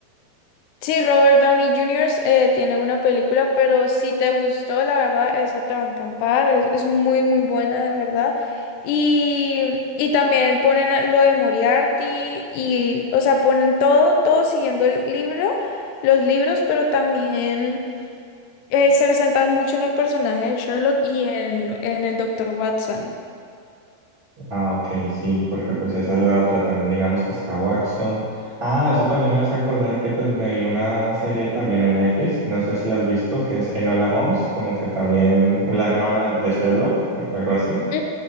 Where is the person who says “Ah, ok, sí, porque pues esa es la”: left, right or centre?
Right